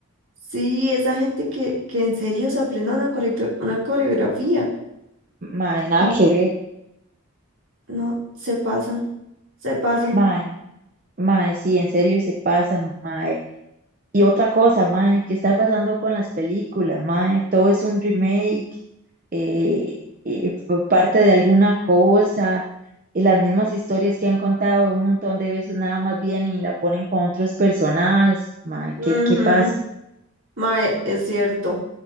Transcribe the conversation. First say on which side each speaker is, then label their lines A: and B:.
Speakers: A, on the right (about 60°); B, on the right (about 35°).
A: sí, esa gente que, que en serio se aprenda una, coreogra- una coreografía.
B: Mae, nada
A: Sí.
B: que ver.
A: No, se pasan, se pasan.
B: Mae, mae, sí, en serio se pasan, mae. Y otra cosa, mae, ¿qué está pasando con las películas, mae? Todo es un remake, eh, eh, fue parte de alguna cosa, y las mismas historias que han contado un montón de veces nada más vienen y la ponen con otros personajes, mae,
A: Ujú.
B: ¿qué, qué pasa?
A: Mae, es cierto.